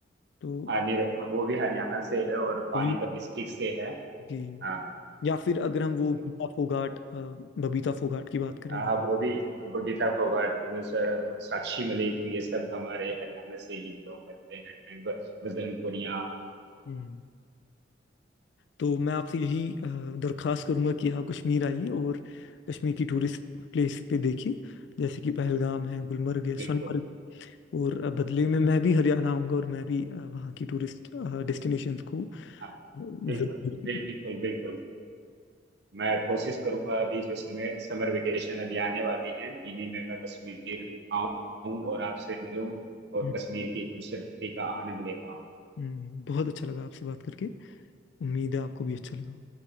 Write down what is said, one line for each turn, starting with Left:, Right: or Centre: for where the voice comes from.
Left: तो
Right: हाँ नीरज हाँ, वो भी हरियाणा से है और पानीपत
Left: heavily-
Right: डिस्ट्रिक्ट से है
Left: जी
Right: हाँ
Left: या फिर अगर हम वो
Right: जी
Left: गीता फोगाट अ, बबीता फोगाट की बात करें
Right: आ, वो भी बबीता फोगाट स- साक्षी मलिक ये सब हमारे हरियाणा से ही बिलोंग करते हैं ब- बजरंग पुनिया
Left: हम्म तो मैं आपसे यही अ, दरखास्त करूंगा कि आप कश्मीर आइए और कश्मीर की टूरिस्ट प्लेस पे देखिए जैसे कि पहलगाम है गुलमर्ग है सोनमर्ग
Right: बिल्कुल
Left: और अ, बदले में मैं भी हरियाणा आऊंगा और मैं भी अ, वहाँ की टूरिस्ट डेस्टिनेशंस को
Right: हाँ,
Left: जरूर-
Right: बिल्कुल
Left: देखूंगा।
Right: बिल्कुल बिल्कुल मैं कोशिश करूंगा अभी जो समय समर वेकेशन अभी आने वाली है इन्हीं में मैं कश्मीर आऊं और आपसे मिलूं और
Left: हम्म,
Right: कश्मीर की खूबसूरती का आनंद ले पाऊं
Left: हम्म, बहुत अच्छा लगा आपसे बात करके उम्मीद है आपको भी अच्छा लगा